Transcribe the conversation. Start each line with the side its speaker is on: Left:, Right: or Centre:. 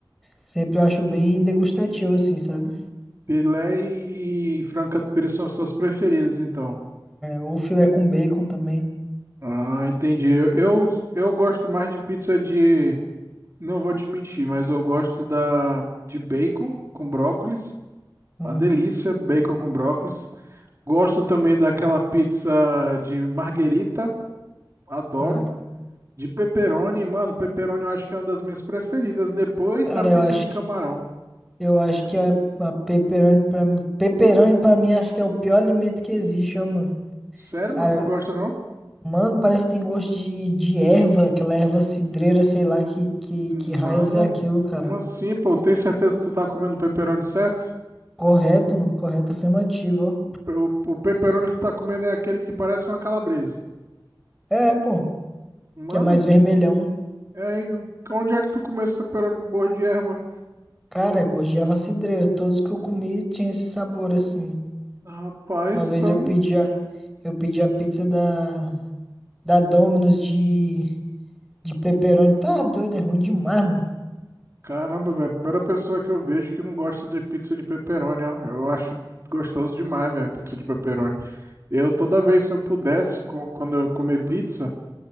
Centre: sempre eu acho bem degustativo, assim, sabe?
Right: Filé e, e frango catupiry são as tuas preferidas, então.
Centre: O filé com bacon também.
Right: Ah, entendi. Eu, eu, eu gosto mais de pizza de. Não vou te mentir, mas eu gosto da de bacon com brócolis.
Centre: Hum,
Right: Uma delícia, bacon com brócolis. Gosto também daquela pizza de marguerita. Adoro.
Centre: ah,
Right: De pepperoni, mano, pepperoni eu acho que é uma das minhas preferidas, depois
Centre: cara,
Right: da pizza
Centre: eu acho
Right: de
Centre: que
Right: camarão.
Centre: eu acho que a, a pepperoni pra mim, pepperoni pra mim acho que é o pior alimento que existe, ó, mano.
Right: Sério,
Centre: Cara,
Right: mano, tu não gosta não?
Centre: mano, parece que tem gosto de, de erva, aquela erva cidreira, sei lá que, que,
Right: Mano,
Centre: que raios é aquilo, cara.
Right: como assim, pô? Tem certeza que tu tá comendo pepperoni certo?
Centre: Correto, mano, correto, afirmativo,
Right: O, o pepperoni que tu tá comendo é aquele que parece uma calabresa.
Centre: ó. É, pô,
Right: Mano,
Centre: que é mais vermelhão.
Right: é aí, onde é que tu comeu esse pepperoni com gosto de erva?
Centre: Cara, é gosto de erva cidreira, todos que eu comi tinha esse sabor assim.
Right: Rapaz,
Centre: Uma vez
Right: então.
Centre: eu pedi a, eu pedi a pizza da da Domino's de De pepperoni tá doido, é ruim demais, mano.
Right: Caramba, velho, primeira pessoa que eu vejo que não gosta de pizza de pepperoni, ó. Eu acho gostoso demais, velho, pizza de pepperoni. Eu, toda vez, se eu pudesse, co- quando eu comer pizza.